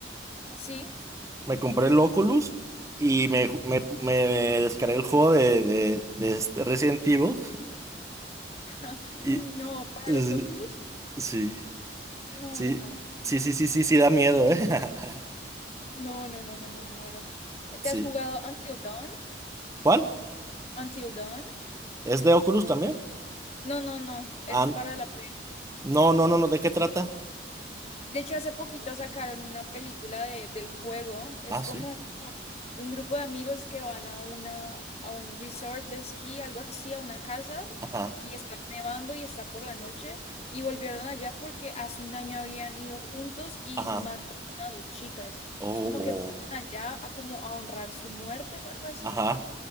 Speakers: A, on the left (about 35°); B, on the right (about 15°).
A: ¿Sí?
B: me compré el Oculus y me, ju- me, me descargué el juego de, de, de este Resident Evil
A: <laughs>
B: y
A: Uy, no. Para
B: eh,
A: los óculos,
B: sí,
A: no,
B: sí,
A: me muero.
B: sí, sí, sí, sí, sí, da miedo, ¿eh? <laughs>
A: No, no, no, no, me muero. Eh, ¿Te
B: Sí.
A: has jugado Until Dawn?
B: ¿Cuál?
A: ¿Until Dawn?
B: ¿Es de Oculus también?
A: No, no, no. Es
B: Ah,
A: para la pre.
B: no, no, no, no, ¿de qué trata?
A: De hecho, hace poquito sacaron una película de, del juego. Es
B: Ah, sí.
A: como un grupo de amigos que van a una, a un resort de esquí, algo así, a una casa,
B: Ajá.
A: y está nevando y está por la noche, y volvieron allá porque hace un año habían ido juntos y
B: Ajá.
A: mataron a dos chicas.
B: Oh,
A: Entonces como que fueron allá
B: oh,
A: a como a honrar su muerte o algo así.
B: Ajá.